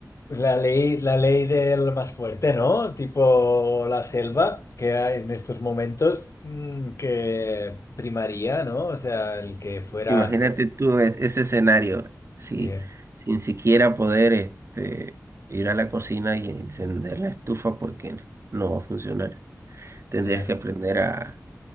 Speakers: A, on the left (about 50°); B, on the right (about 45°).
A: Pues La ley, la ley del más fuerte, ¿no? Tipo la selva, que hay en estos momentos mm, que primaría, ¿no? O sea, el que fuera...
B: imagínate tú es- ese escenario, si,
A: Yeah,
B: sin siquiera poder este, ir a la cocina y encender la estufa porque no va a funcionar. Tendrías
A: yeah.
B: que aprender a